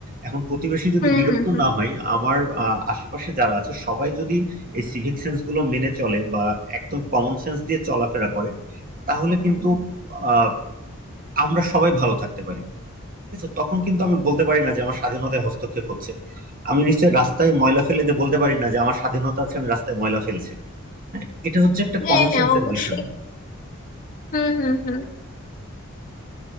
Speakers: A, on the right; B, on the left.
A: এখন প্রতিবেশী যদি
B: হুম
A: বিরক্ত
B: হুম হুম
A: না হয় আমার আহ, আশেপাশে যারা আছে সবাই যদি এই সিভিক সেন্স গুলো মেনে চলে বা একদম কমন সেন্স দিয়ে চলাফেরা করে তাহলে কিন্তু আহ, আমরা সবাই ভালো থাকতে পারি ঠিক আছে তখন কিন্তু আমি বলতে পারি না যে আমার স্বাধীনতায় হস্তক্ষেপ হচ্ছে আমি নিশ্চয়ই রাস্তায় ময়লা ফেলে দিয়ে বলতে পারি না যে আমার স্বাধীনতা আছে আমি রাস্তায় ময়লা ফেলছি হ্যাঁ, এটা হচ্ছে একটা
B: হ্যাঁ
A: কমন
B: হ্যাঁ
A: সেন্সের
B: অবশ্যই
A: বিষয়
B: হুম হুম হুম